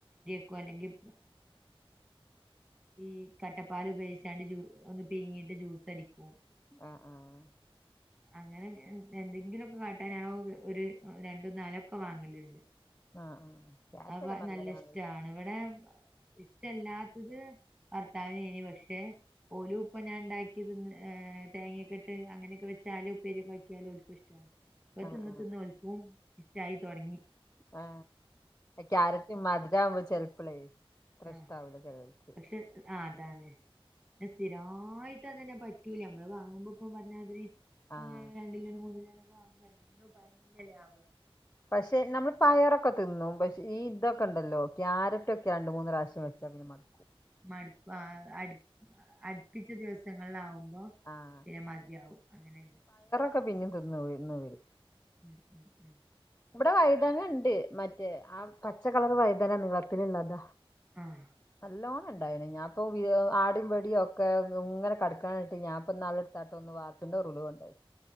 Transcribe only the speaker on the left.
ആ ആ
ആഹ് ആഹ് ആഹ് ക്യാരറ്റൊക്കെ
നല്ലതാണല്ലോ
ആഹ്
ആഹ്
ആ ക്യാരറ്റ് മധുരാവുമ്പോ ചിലപ്പളെ അത്രഷ്ടാവില്ല
ചെലർക്ക്.
ആഹ്
പക്ഷെ നമ്മള് പയറൊക്കെ തിന്നും പക്ഷെ ഈ ഇതൊക്കെ ഉണ്ടല്ലോ ക്യാരറ്റ് ഒക്കെ രണ്ട് മൂന്ന് പ്രാവശ്യം വെച്ചാ പിന്നെ മടക്കും.
ആഹ്
ക്കെ പിന്നെ തിന്നു ന്നു വരും.
ഇവിടെ വഴുതന ഉണ്ട് മറ്റേ ആ പച്ചക്കളർ വഴുതന നിളത്തിലുള്ളതാ.
നല്ലോ ഉണ്ടായിണ് ഞാപ്പോ ആടും വടിയും ഒക്കെ ഇങ്ങനെ കടക്കാനിട്ട് ഞാൻ ഇപ്പ നാളെടുത്തായിട്ട് ഒന്ന് വാർത്തിൻ്റെ ഒരുവുണ്ടായി.